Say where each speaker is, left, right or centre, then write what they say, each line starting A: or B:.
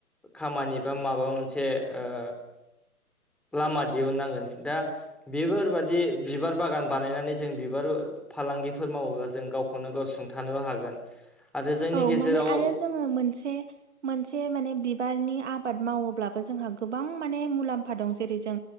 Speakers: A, in the centre; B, on the right.
A: खामानि बा माबा मोनसे ओ लामा दिहुननांगोन दा बेफोरबादि बिबार बागान बानायनानै जों बिबार फालांगिफोर मावोब्ला जों गावखौनो गाव सुंथानोबो हागोन। आरो जोंनि
B: औ
A: गेजेराव
B: माने आरो जोङो मोनसे मोनसे माने बिबारनि आबाद मावोब्लाबो जोंहा गोबां माने मुलाम्फा दं जेरै जों